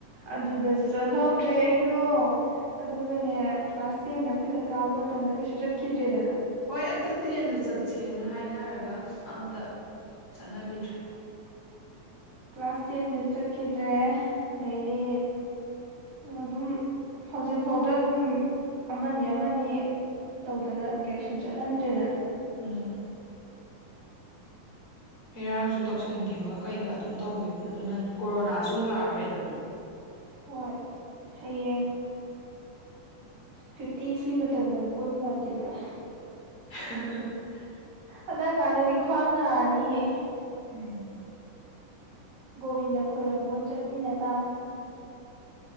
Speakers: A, on the right (about 60°); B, on the left (about 45°).
A: ꯑꯗꯨꯗꯁꯨ ꯆꯠꯍꯧꯗ꯭ꯔꯦ ꯑꯩꯅꯣ ꯑꯗꯨꯒꯅꯦ ꯀ꯭ꯂꯥꯁ ꯇꯦꯟꯗ ꯑꯩꯈꯣꯏꯅ ꯀꯥꯕ ꯃꯇꯝꯗ ꯀꯩꯁꯨ ꯆꯠꯈꯤꯗ꯭ꯔꯦꯗꯅ
B: ꯍꯣꯏ ꯑꯗꯨ ꯇ꯭ꯔꯦꯟꯗ ꯆꯠꯁꯦꯅ ꯍꯥꯏꯅꯔꯒ ꯑꯝꯇ ꯆꯠꯅꯒꯤꯗ꯭ꯔꯦ
A: ꯀ꯭ꯂꯥꯁ ꯇꯦꯟꯗꯁꯨ ꯆꯠꯈꯤꯗ꯭ꯔꯦ ꯑꯗꯩꯗꯤ ꯑꯗꯨꯝ ꯍꯧꯖꯤꯛꯐꯥꯎꯗ ꯑꯗꯨꯝ ꯑꯃꯅꯤ ꯑꯃꯅꯤ ꯇꯧꯗꯅ ꯀꯩꯁꯨ ꯆꯠꯍꯟꯗ꯭ꯔꯦꯗꯅ
B: ꯎꯝ ꯏꯔꯥꯡꯁꯨ ꯇꯧꯁꯟꯈꯤꯕ ꯀꯩꯒ ꯑꯗꯨꯝ ꯇꯧꯒꯤꯕꯗꯣ ꯑꯗꯨꯅ ꯀꯣꯔꯣꯅꯥꯁꯨꯨꯛ ꯂꯥꯛꯈ꯭ꯔꯦꯗꯅ
A: ꯍꯣꯏ ꯍꯌꯦꯡ ꯐꯤꯐꯇꯤ ꯁꯤ ꯃꯇꯝꯗꯒ ꯀꯣꯏ ꯐꯡꯉꯛꯈꯤꯗ꯭ꯔꯥ
B: <inaudible>
A: ꯐꯗꯡ ꯀꯥꯟꯅꯗꯤ ꯈ꯭ꯋꯥꯡ ꯅꯥꯔꯅꯤꯌꯦ
B: ꯎꯝ
A: ꯒꯣꯕꯤꯟꯗ ꯈꯣꯏꯔꯝꯕ ꯑꯣꯏꯅ ꯆꯠꯃꯤꯟꯅ ꯇ